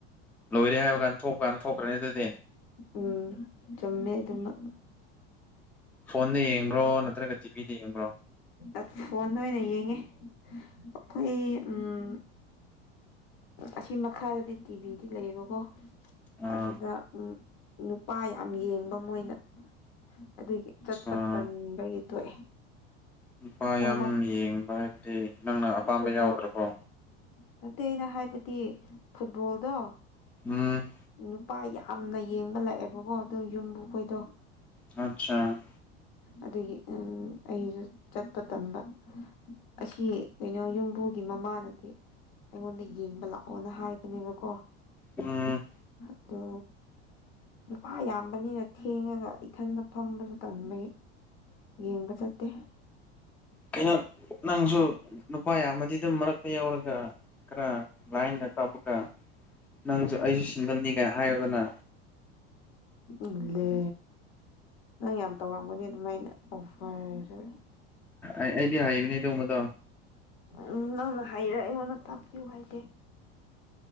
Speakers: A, in the centre; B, on the left.
A: ꯂꯣꯏꯔꯦ ꯍꯥꯏꯕ ꯀꯥꯟꯗ ꯊꯣꯛꯄ ꯀꯥꯟ ꯊꯣꯛꯈ꯭ꯔꯦ ꯍꯥꯏꯗꯨꯗꯤ
B: ꯎꯝ ꯆꯨꯝꯃꯦ ꯑꯗꯨꯃꯛ
A: ꯐꯣꯟꯗ ꯌꯦꯡꯕ꯭ꯔꯣ ꯅꯠꯇ꯭ꯔꯒ ꯇꯤꯚꯤꯗ ꯌꯦꯡꯕ꯭ꯔꯣ
B: ꯑ ꯐꯣꯟꯗ ꯑꯣꯏꯅ ꯌꯦꯡꯉꯦ ꯑꯈꯣꯏ ꯎꯝ ꯑꯁꯤ ꯃꯈꯥꯗꯗꯤ ꯇꯤꯚꯤꯗꯤ ꯂꯩꯌꯦꯕꯀꯣ
A: ꯑꯥ
B: ꯑꯗꯨꯗ ꯎꯝ ꯅꯨꯄꯥ ꯌꯥꯝ ꯌꯦꯡꯕ ꯃꯣꯏꯅ ꯑꯗꯨꯒꯤ ꯆꯠꯄ
A: ꯑꯥ
B: ꯇꯟꯕꯒꯤ ꯇꯣꯛꯑꯦ
A: ꯅꯨꯄꯥ
B: ꯃꯣꯏ
A: ꯌꯥꯝ ꯌꯦꯡꯕ ꯍꯥꯏꯕꯗꯤ ꯅꯪꯅ ꯑꯄꯥꯝꯕ
B: ꯐꯨꯠꯕꯣꯜ
A: ꯌꯥꯎꯗ꯭ꯔꯥꯕꯣ
B: ꯅꯠꯇꯦ ꯑꯩꯅ ꯍꯥꯏꯕꯗꯤ ꯐꯨꯠꯕꯣꯜꯗꯣ
A: ꯎꯝ
B: ꯅꯨꯄꯥ ꯌꯥꯝꯅ ꯌꯦꯡꯕ ꯂꯥꯛꯑꯦꯕꯀꯣ ꯑꯗꯨ ꯌꯨꯝꯕꯨ ꯈꯣꯏꯗꯣ
A: ꯑꯆꯥ
B: ꯑꯗꯨꯒꯤ ꯎꯝ ꯑꯩꯖꯨ ꯆꯠꯄ ꯇꯟꯕ ꯑꯁꯤ ꯀꯩꯅꯣ ꯌꯨꯝꯕꯨꯒꯤ ꯃꯃꯥꯅꯗꯤ ꯑꯩꯉꯣꯟꯗ ꯌꯦꯡꯕ ꯂꯥꯛꯑꯣ ꯑꯣꯅ ꯍꯥꯏꯕꯅꯦꯕꯀꯣ
A: ꯎꯝ
B: ꯑꯗꯣ ꯅꯨꯄꯥ ꯌꯥꯝꯕꯅꯤꯅ ꯊꯦꯡꯉꯒꯥ ꯏꯊꯟꯗ ꯐꯝꯕꯖꯨ ꯇꯟꯕꯒꯤ ꯌꯦꯡꯕ ꯆꯠꯇꯦ
A: ꯀꯩꯅꯣ ꯅꯪꯁꯨ ꯅꯨꯄꯥ ꯌꯥꯝꯃꯗꯤ ꯑꯗꯨꯝ ꯃꯔꯛꯇꯥ ꯌꯥꯎꯔꯒ ꯈꯔ ꯂꯥꯏꯟꯒ ꯀꯥꯞꯄꯒ ꯅꯪꯖꯨ ꯑꯩꯖꯨ ꯁꯤꯡꯒꯜꯅꯤꯒꯥ ꯍꯥꯏꯔꯣꯗꯅ
B: ꯏꯂꯦ ꯅꯪ ꯌꯥꯝ ꯇꯧꯔꯝꯒꯅꯤ ꯑꯗꯨꯃꯥꯏꯅ ꯑꯣꯐꯔ
A: ꯑꯩꯗꯤ ꯍꯩꯕꯅꯦ ꯑꯗꯨꯝꯕꯗꯣ
B: ꯎꯝ ꯅꯪꯅ ꯍꯥꯏꯔ ꯑꯩꯉꯣꯟꯗ ꯇꯥꯛꯄꯤꯌꯨ ꯍꯥꯏꯗꯦ